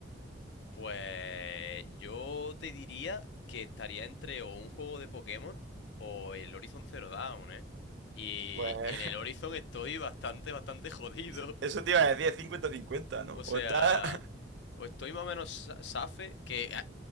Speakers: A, on the left; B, on the right.
A: Pues yo te diría que estaría entre o un juego de Pokémon o el Horizon Zero Dawn, ¿eh? Y
B: Pues
A: en el Horizon estoy bastante, bastante <laughs> jodido.
B: <laughs> eso te iba a decir, es cincuenta 50 ¿no?
A: O sea,
B: O estás... <laughs>
A: o estoy más o menos sa- safe, que ah,